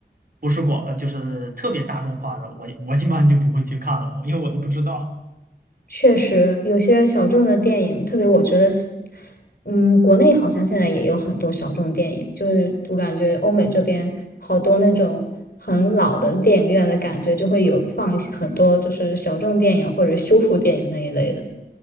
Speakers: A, on the right; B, on the left.
A: 不是广，呃就是特别大众化的，我我一般就不会去看了，因为我都不知道。
B: 确实，有些小众的电影，特别我觉得西嗯，国内好像现在也有很多小众电影，就是我感觉欧美这边好多那种很老的电影院的感觉，就会有放一些很多就是小众电影或者修复电影那一类的。